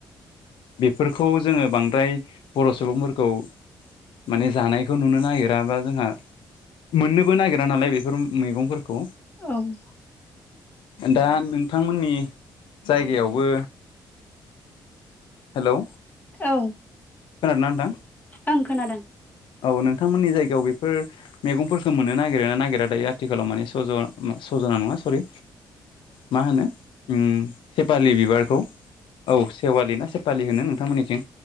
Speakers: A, on the left; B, on the left.
A: बेफोरखौ जोङो बांद्राय बर' सुबुंफोरखौ माने जानायखौ नुनो नागिरा बा जोंहा मोननोबो नागिरा नालाय बेफोर मैगंफोरखौ
B: औ
A: दा नोंथांमोननि जायगायावबो हेलौ
B: औ
A: खोनादोंना नोंथां
B: ओं खोनादों
A: औ नोंथांमोननि जायगायाव बेफोर मैगंफोरखौ मोननो नागिर ना नागिरा दायो आथिखालाव माने सज' सजना नङा सरि मा होनो उम सेपालि बिबारखौ औ सेवालि ना सेपालि होनो नोंथांमोननिथिं